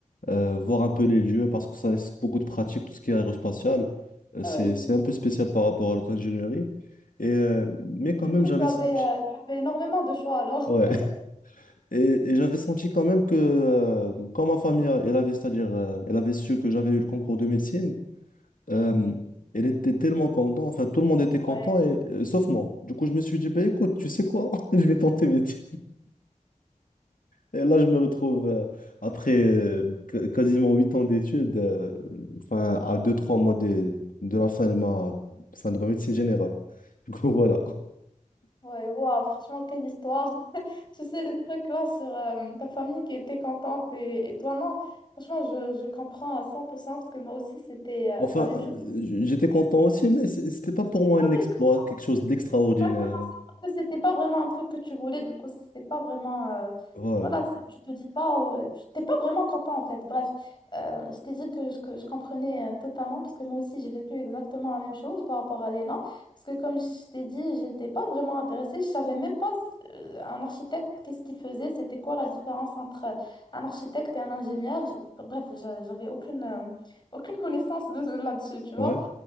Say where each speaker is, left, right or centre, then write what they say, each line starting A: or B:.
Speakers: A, on the left; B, on the left.
A: euh, voir un peu les lieux, parce que ça nécessite beaucoup de pratique, tout ce qui est aérospatial. Euh,
B: Ah
A: c'est,
B: ouais, bien
A: c'est
B: sûr.
A: un peu spécial par rapport à l'auto-ingénierie. Et, euh, mais quand
B: Du
A: même,
B: coup,
A: j'avais
B: tu avais,
A: senti.
B: euh, tu avais énormément de choix alors.
A: Ouais.
B: <laughs>
A: <laughs> Et, et j'avais senti quand même que, euh, quand ma famille, elle avait, c'est-à-dire, euh, elle avait su que j'avais eu le concours de médecine, euh, elle était tellement contente, enfin tout le monde était content,
B: Ouais,
A: et, euh, sauf moi. Du coup, je me suis dit, bah, écoute, tu sais quoi, <laughs> je vais tenter mes titres. Et là, je me retrouve, euh, après euh, qu- quasiment 8 ans d'études, euh, enfin à deux trois mois de, de la fin de ma, fin de ma médecine générale. Du coup, <laughs> voilà.
B: ouais, wow, franchement, quelle histoire. <laughs> Je sais les trucs là sur euh, ta famille qui était contente et, et toi non. Franchement, je, je comprends à 100% parce que moi aussi, c'était euh,
A: Enfin,
B: la même
A: euh,
B: chose.
A: j- j'étais content aussi, mais c- c'était pas pour moi
B: Ah
A: un exploit,
B: ouais, je comprends.
A: quelque chose d'extraordinaire.
B: Exactement, c'est parce que c'était pas vraiment un truc que tu voulais, du coup, c'est pas vraiment. euh,
A: Voilà.
B: voilà, c'est- tu te dis pas, oh, euh, tu t'es pas vraiment content en fait. Bref, euh, je t'ai dit que je, que je comprenais euh, totalement, parce que moi aussi j'ai vécu exactement la même chose par rapport à l'ENA. Parce que comme je t'ai dit, j'étais pas vraiment intéressée, je savais même pas euh, un architecte, qu'est-ce qu'il faisait, c'était quoi la différence entre un architecte et un ingénieur. J- Bref, j'a- j'avais aucune, euh, aucune connaissance de là-dessus, tu vois.
A: Ouais,